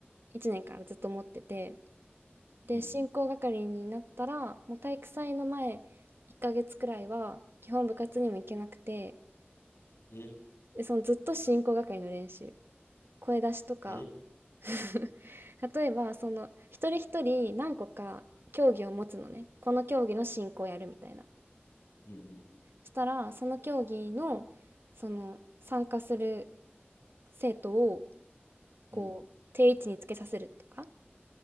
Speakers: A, on the right; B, on the left.
A: 1年からずっと持ってて、で、
B: うん。
A: 進行係になったら、もう体育祭の前1ヶ月くらいは、基本部活にも行けなくて、
B: え、
A: で、そのずっと進行係の練習。声出しとか
B: え、
A: <laughs> 例えばその一人一人何個か競技を持つのねこの競技の進行をやるみたいな
B: うん、
A: そしたらその競技のその参加する生徒を
B: うん、
A: こう定位置につけさせるとか
B: うん、